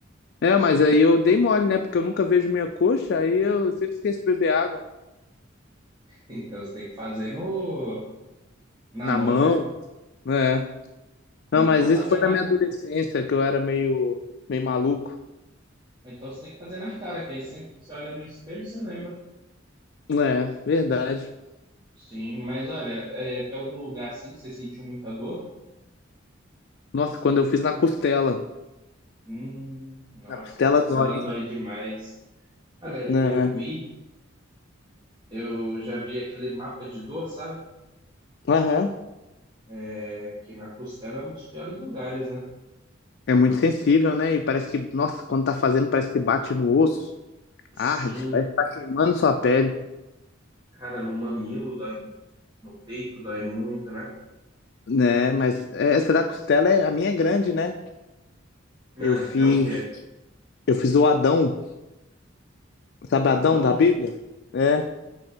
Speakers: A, on the left; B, on the right.
A: É, mas aí eu dei mole, né? Porque eu nunca vejo minha coxa, aí eu sempre esqueço de beber água.
B: Então você tem que fazer no na
A: Na
B: mão,
A: mão,
B: né?
A: né? Não,
B: Ou Então
A: mas
B: fazer
A: isso foi
B: na,
A: na minha adolescência, que eu era meio, meio maluco.
B: ou então você tem que fazer na cara, que aí sempre que você olha no espelho, você lembra.
A: É, verdade.
B: Sim, mas olha, é, tem algum lugar assim que você sentiu muita dor?
A: Nossa, quando eu fiz na costela.
B: Hum, nossa,
A: Na costela
B: na costela
A: dói, hein?
B: dói demais. Cara,
A: Né?
B: eu vi, eu já vi aquele mapa de dor, sabe?
A: Aham.
B: É, que na costela é um dos piores lugares, né?
A: É muito sensível, né? E parece que, nossa, quando tá fazendo, parece que bate no osso.
B: Sim,
A: Arde, parece que tá queimando sua pele.
B: cara, no mamilo dói muito, no peito dói muito, né?
A: Né, mas é, essa da costela é a minha é grande, né?
B: Ah,
A: Eu fiz,
B: é o quê?
A: eu fiz o Adão, sabe
B: O Adão?
A: Adão da Bíblia? É.